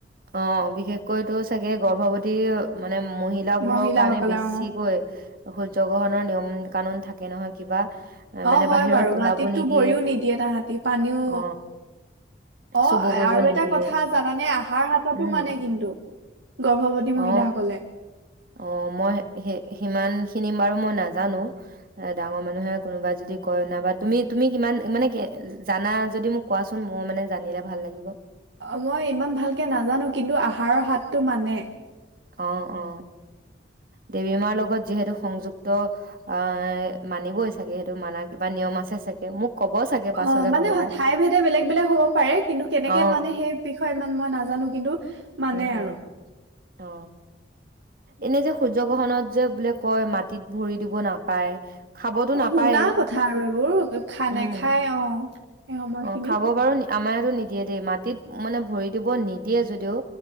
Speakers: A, on the right; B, on the right.
A: অ' বিশেষকৈ তো চাগে গৰ্ভৱতী মানে মহি হিলাবোৰৰ
B: মহিলাসকলে
A: কাৰণে বেছিকৈ
B: অ
A: সূৰ্য গ্ৰহণৰ নিয়ম কানুন থাকে নহয় কিবা
B: অ'
A: মানে
B: হয়
A: বাহিৰত
B: বাৰু
A: ওলাব
B: মাটিতটো
A: নিদিয়ে
B: ভৰিও নিদিয়ে তাহাঁতি, পানীও
A: অ
B: অ'
A: চুব কৰিব
B: আৰু
A: নিদিয়ে
B: এটা কথা জানানে আহাৰ হাতটো
A: উম
B: মানে কিন্তু গৰ্ভৱতী
A: অ
B: মহিলাসকলে
A: অ মই সি সিমান খিনি বাৰু মই নাজানো এ ডাঙৰ মানুহে কোনোবা যদি কয় নাইবা তুমি তুমি কিমান মানে জানা যদি মোক কোৱাচোন মই মানে জানিলে ভাল লাগিব
B: অ মই ইমান ভালকে নাজানো কিন্তু আহাৰৰ হাতটো মানে
A: অ অ দেৱী মাৰ লগত যিহেতু সংযুক্ত অ মানিবই চাগে সেইটো মানাৰ কিবা নিয়ম আছে চাগে মোক ক'ব চাগে পাছলে
B: অ মানে
A: কোনোবাই
B: ঠাই ভেদে বেলেগ বেলেগ হ'ব পাৰে কিন্তু কেনেকে
A: অ
B: মানে সেই বিষয়ে ই মই নাজানো কিন্তু মানে
A: উম উম
B: আৰু <inaudible>
A: অ এনে যে সূৰ্য গ্ৰহণত যে বোলে কয় মাটিত ভৰি দিব নাপায় খাবতো
B: অ
A: নাপায়ে
B: শুনা কথা আৰু এইবোৰ খা
A: উম
B: নেখায় অ সেই সময়খিনিত
A: অ খাব বাৰু আমাৰ ইয়াতো নিদিয়ে দেই মাটিত মানে ভৰি দিব নিদিয়ে যদিও